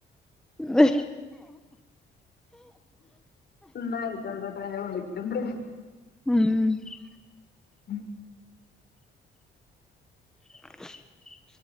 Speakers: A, in the centre; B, on the left (about 55°).
A: വ്
B: ഇന്നാ അയ്കൊട്ടെട്ടൊ ഞാ വിളിക്കണ്ട്
A: ഉം
B: <inaudible>
A: <inaudible>